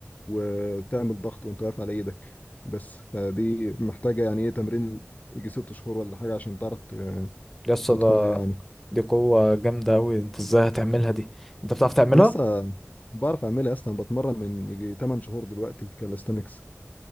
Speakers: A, on the left (about 35°); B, in the centre.
A: وتعمل ضغط وانت واقف على ايدك بس فدي محتاجة يعني ايه تمرين يجي ست شهور ولا حاجة عشان تعرف ت-
B: يس
A: تتقنها
B: ده
A: يعني
B: دي قوة جامدة قوي انت ازاي هتعملها دي انت بتعرف تعملها
A: يا اسطى بعرف اعملها يا اسطى انا بتمرن من يجي 8 شهور دلوقتي كالستنكس